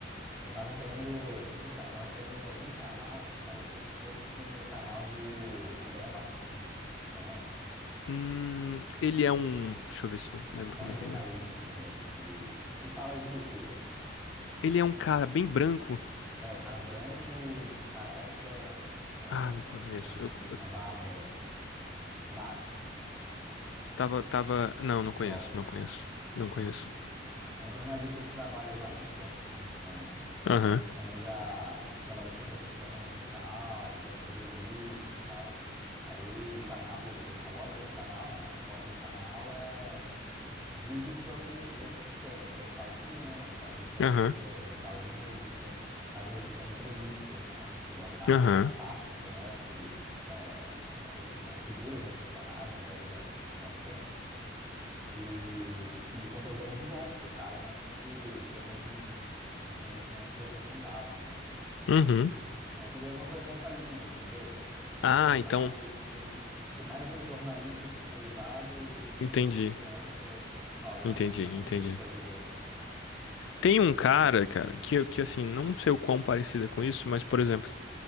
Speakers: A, in the centre; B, on the left.
A: Eu tava querendo. Então, eu tava querendo algum canal que parecesse um pouco com o canal do André Barcinski. Tu conhece?
B: Hum, ele é um. Deixa eu ver se eu lembro
A: É
B: como
A: um
B: é
A: jornalista
B: que ele é.
A: também, de, que que fala de cultura, assim.
B: Ele é um cara bem branco.
A: É, um cara branco, careca, é,
B: Ah, não conheço.
A: com
B: Eu, eu
A: uma barba. baixa assim,
B: tava, tava. Não, não conheço,
A: de óculos.
B: não conheço. Não conheço.
A: É um jornalista que trabalha já há muito tempo com isso, né? É,
B: Aham,
A: também já trabalhou com produção musical, já escreveu livro e tal. Aí o canal, o- a lógica do canal, né? A proposta do canal é vídeos sobre esses temas. Então ele fala de cinema, ele fala de literatura,
B: aham,
A: ele fala de música. Às vezes tem entrevistas, né? Porque ele é um cara
B: aham,
A: que faz parte, né? Conhece é, as figuras, né? Os personagens aí da, da cena. E, e o conteúdo é muito bom, porque o cara realmente tem um, um conhecimento aprofundado, né?
B: uhum.
A: Aí eu queria alguma coisa nessa linha, entendeu? Uma
B: Ah,
A: coisa
B: então.
A: mais um, assim, mais um jornalista especializado e menos
B: Entendi,
A: um influencer falando
B: entendi,
A: a partir
B: entendi.
A: dos seus gostos.
B: Tem um cara, cara, que, que assim, não sei o quão parecida com isso, mas, por exemplo.